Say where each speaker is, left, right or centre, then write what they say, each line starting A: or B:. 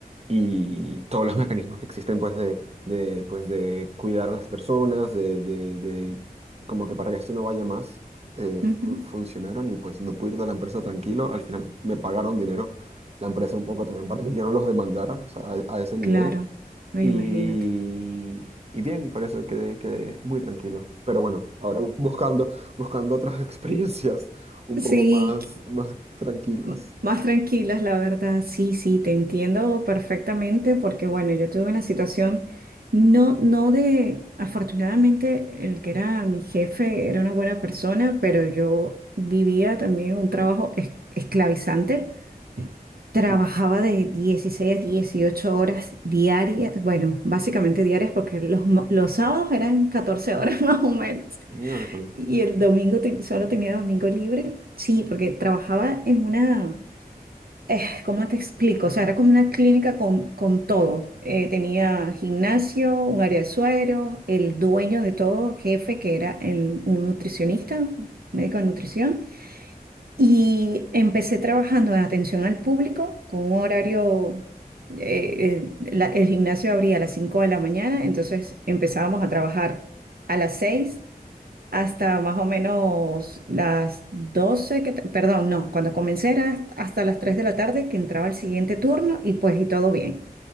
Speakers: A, on the right; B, on the right.
A: y todos los <laughs> mecanismos que existen pues de, de, pues, de cuidar a las personas, de, de, de- como que para que esto no vaya más, eh,
B: ujú,
A: fu- funcionaron y pues me pude ir de la empresa tranquilo, al final me pagaron dinero la empresa un poco también para que yo no los demandara, o sea, a, a ese nivel.
B: Claro, eh,
A: Y,
B: imagínate.
A: y bien, por eso quedé, quedé muy tranquilo. Pero bueno, ahora bu- buscando, buscando otras <laughs> experiencias un
B: Sí,
A: poco más, más tranquilas.
B: m- más tranquilas, la verdad. Sí, sí, te entiendo perfectamente porque, bueno, yo tuve una situación, no, no de, afortunadamente, el que era mi jefe era una buena persona, pero yo vivía también un trabajo es- esclavizante. Trabajaba
A: Mm,
B: de 16 a 18 horas diarias, bueno, básicamente diarias porque los, mo- los sábados eran 14 horas <laughs> más o menos
A: Miércoles.
B: y el domingo te- solo tenía domingo libre. Sí, porque trabajaba en una, eh, ¿cómo te explico? O sea, era como una clínica con, con todo. Eh, tenía gimnasio, un área de suero, el dueño de todo, jefe, que era el- un nutricionista, médico de nutrición y empecé trabajando en atención al público con un horario, eh, eh, la- el gimnasio abría a las 5 de la mañana, entonces empezábamos a trabajar a las 6 hasta más o menos las 12 que, te- perdón, no, cuando comencé era hasta las 3 de la tarde que entraba el siguiente turno y pues y todo bien.